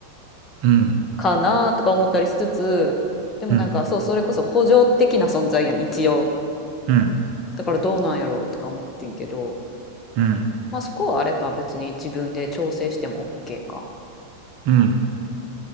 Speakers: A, on the right (about 45°); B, on the left (about 25°).
A: うん、
B: かなとか思ったりしつつ、でもなんかそう、
A: うん、
B: それこそ補助的な存在やん、一応。
A: うん、
B: だからどうなんやろうとか思ってんけど、
A: うん、
B: まあそこはあれか、別に自分で調整しても OK か。
A: うん、